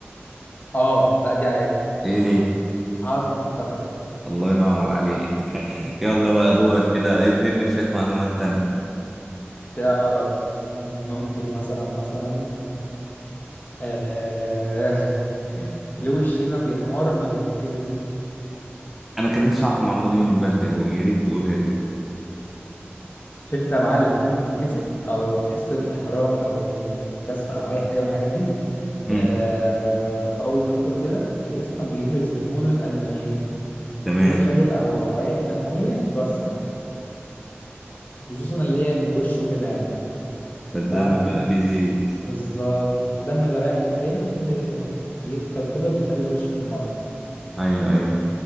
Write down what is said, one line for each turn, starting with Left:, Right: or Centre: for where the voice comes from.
Left: اه لا دي عارفها
Centre: ايه هي؟
Left: عظمة الفخذ
Centre: الله ينور عليك <laughs> يلا بقى دورك كده ابهرني بشوية معلومات تانية
Left: تعرف ممكن مثلا مثلا آه... <laughs> ليه وشنا بيحمر لما بنتكسف
Centre: أنا كان نفسي أعرف المعلومة دي من بدري أوي يا ريت تقولها لي
Left: مش انت يا معلم لما بتتكسف او بتحس بالاحراج او كسف او اي حاجه من الحاجات دي
Centre: امم
Left: آه... او توتر كده جسمك بيفرز هرمون الادرينالين
Centre: تمام
Left: ده بيخلي الاوعيه الدمويه تتوسع خصوصا اللي هي في الوش وكده يعني
Centre: فالدم
Left: ف
Centre: بقى بيزيد
Left: بالظبط فالدم اللي رايح للجلد بيكتر وكده وبيخلي الوش يحمر
Centre: أيوه أيوه